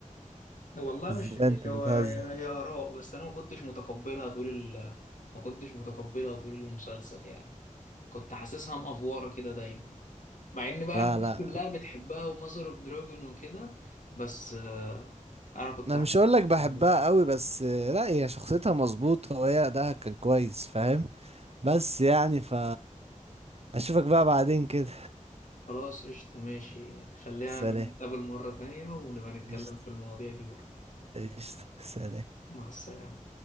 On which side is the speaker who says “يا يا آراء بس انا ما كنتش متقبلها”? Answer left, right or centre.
Left